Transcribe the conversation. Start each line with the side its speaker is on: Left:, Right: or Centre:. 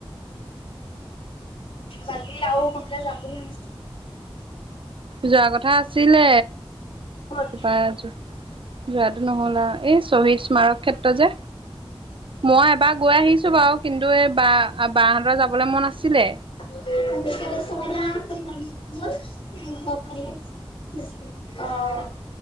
Left: বাকী আও ক'ৰবালে যাম বুলি ভাব
Right: যোৱা কথা আছিলে,
Left: ক'ত?
Right: বাত যোৱাটো নহ'ল আৰু, এই শ্বহীদ স্মাৰক ক্ষেত্ৰ যে। মই এবাৰ গৈ আহিছোঁ বাৰু কিন্তু এই বা বাহতৰ যাবলেই মন আছিলে!
Left: <inaudible> <unintelligible> অ'।